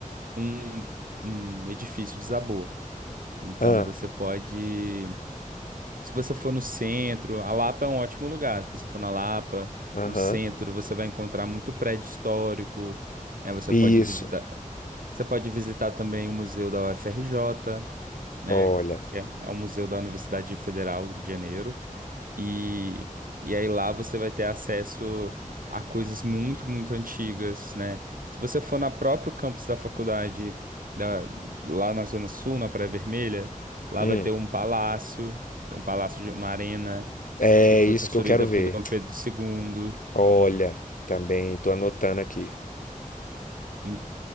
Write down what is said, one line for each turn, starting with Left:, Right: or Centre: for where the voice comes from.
Right: um, um edifício desabou. Então
Left: ah,
Right: você pode, se você for no centro, a Lapa é um ótimo lugar. Se você for na Lapa,
Left: aham.
Right: no centro, você vai encontrar muito prédio histórico. né? você
Left: Isso,
Right: pode visitar, você pode visitar também o Museu da UFRJ, né?
Left: olha.
Right: Que é, é o Museu da Universidade Federal do Rio de Janeiro. E, e aí lá você vai ter acesso a coisas muito, muito antigas, né? Se você for na próprio campus da faculdade, da- lá na Zona Sul, na Praia Vermelha, lá
Left: Hum,
Right: vai ter um palácio, tem um palácio de uma arena
Left: é
Right: que foi
Left: isso
Right: construída
Left: que eu quero ver.
Right: por Dom Pedro II.
Left: Olha, também estou anotando aqui.
Right: E,